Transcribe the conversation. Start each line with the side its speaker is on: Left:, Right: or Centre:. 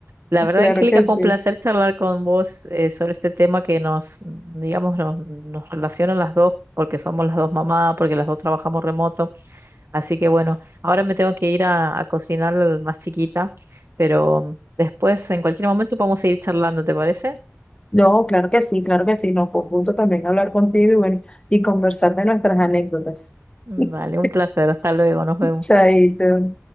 Right: la verdad,
Left: claro
Right: Angélica,
Left: que
Right: fue un
Left: sí.
Right: placer charlar con vos eh, sobre este tema que nos, digamos, nos, nos relaciona a las dos porque somos las dos mamás, porque las dos trabajamos remoto. Así que bueno, ahora me tengo que ir a, a cocinar al más chiquita, pero después en cualquier momento podemos seguir charlando, ¿te parece?
Left: No, claro que sí, claro que sí, no, fue un gusto también hablar contigo y bueno, y conversar de nuestras anécdotas.
Right: Vale,
Left: <laughs>
Right: un placer. Hasta luego. Nos vemos.
Left: Chaito.